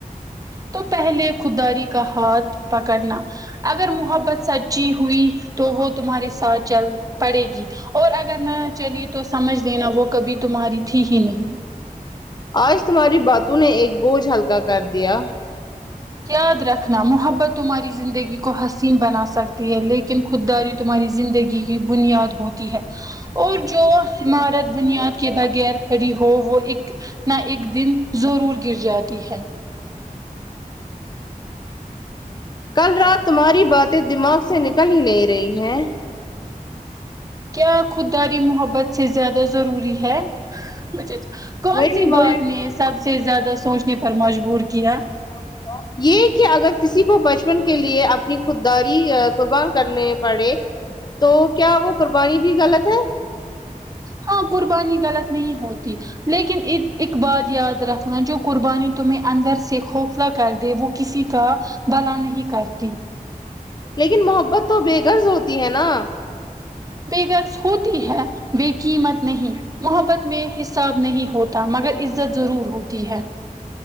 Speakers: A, on the right; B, on the left.
A: تو پہلے خودداری کا ہاتھ پکڑنا اگر محبت سچی ہوئی تو وہ تمہارے ساتھ چل پڑے گی اور اگر نا چلی تو سمجھ لینا وہ کبھی تمہاری تھی ہی نہیں
B: آج تمہاری باتوں نے ایک بوجھ ہلکا کر دیا
A: یاد رکھنا محبت تمہاری زندگی کو حسین بنا سک تی ہے لیکن خود داری تمہاری زندگی کی بنیاد ہوتی ہے اور جو عمارت بنیاد کے بغیر کھڑی ہو وہ اک نہ ایک دن ضرور گر جاتی ہے
B: کل رات تمہاری باتیں دماغ سے نکل ہی نہیں رہی ہے
A: کیا خودداری محبت سے زیادہ ضروری ہے بچچ کون
B: وہی
A: سی
B: وہ
A: بات نے سب سے زیادہ سوچنے پر مجبور کیا
B: ہو کیا یہ کہ اگر کسی کو بچپن کے لیے اپنی خود داری قربان کرنے پڑے تو کیا وہ قربانی بھی غلط ہے
A: ہاں قربانی غلط نہیں ہوتی لیکن ی ایک بات یاد رکھنا جو قربانی تمہیں اندر سے کوکھلہ کر دے وہ کسی کا بھلا نہیں کرتی
B: لیکن محبت تو بے غرض ہوتی ہے نا
A: بے غرض ہوتی ہے بے قیمت نہیں محبت میں حساب نہیں ہوتا مگر عزت ضرور ہوتی ہے